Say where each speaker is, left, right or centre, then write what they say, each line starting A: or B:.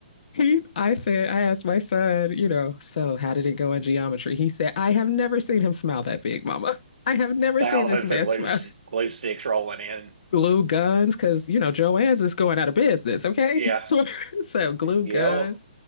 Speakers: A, on the left; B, on the right.
A: he I said I asked my son, you know, so how did it go in geometry? He said, I have never seen him smile that big, Mama. I have never
B: Thousands
A: seen this man
B: of glue,
A: smile.
B: glue sticks rolling in.
A: Glue guns, because you know Joanne's is going out of business. Okay,
B: Yeah.
A: <laughs> so so glue
B: Yep.
A: guns